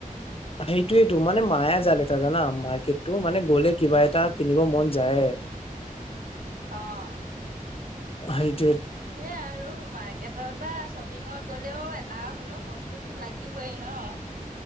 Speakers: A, on the left; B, on the right.
A: সেইটোয়েতো মানে মায়া জাল এটা যানা মা কেটটো মানে গ'লে কিবা এটা কিনিব মন যায়।
B: অহ
A: সেইত
B: সেইটোৱে আৰু মাৰ্কেটত বা শ্বপিঙত গ'লেও এটা হ'লেও বস্তুতো লাগিবই ন।